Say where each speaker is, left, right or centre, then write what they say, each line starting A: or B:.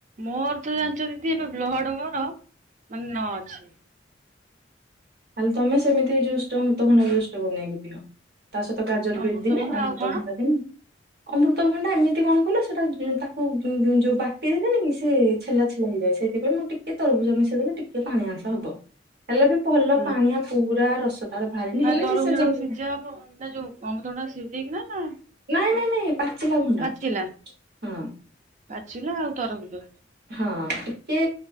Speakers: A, on the right; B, on the right.
A: ମୋର ତ ଜାଣିଛ ଦିଦି ଏବେ ବ୍ଲଡ ମୋର ମାନେ ନଅ ଅଛି।
B: ତାଲେ ତମେ ସେମିତି ଜୁସ ଅମୃତଭଣ୍ଡା ଜୁସଟା ବନେଇକି ପିଅ। ତା ସହିତ ଗାଜର
A: ଅମୃତଭଣ୍ଡା
B: ବିଟ ଦିନେ ଆଉ ଅମୃତଭଣ୍ଡା
A: କଣ?
B: ଦିନେ। ଅମୃତଭଣ୍ଡା ଏମିତି କଣ କହିଲ ସେଟା ତାକୁ ଯୋଉ ବାଟି ହେଲାନି କି ସେ ଛେଲା ଛେଲା ହେବ ସେଇଥିପାଇଁ ମୁଁ ଟିକେ ତରଭୁଜ ମିଶେଇ ଦେଲେ ଟିକେ ପାଣି ଅଂଶ ହବ। ହେଲେ ବି ଭଲ
A: ହୁଁ।
B: ପାଣିଆ ପୁରା ରସ ତାର ବାହାରିିନି।
A: ନା
B: ହେଲେ
A: ତରଭୁଜ
B: ବି ସେ ଯେମିତି
A: ଟାକୁ ସିଝା ହବ ଅଣ୍ଡା ଯୋଉ ଅମୂତଭଣ୍ଡା ସିଝେଇକି ନା
B: ନାଇଁ ନାଇଁ ନାଇଁ ପାଚିକା ଭଣ୍ଡା।
A: ପାଚିଲା
B: ହଁ
A: ପାଚିଲା ଆଉ ତରଭୁଜ।
B: ହଁ। ଟିକେ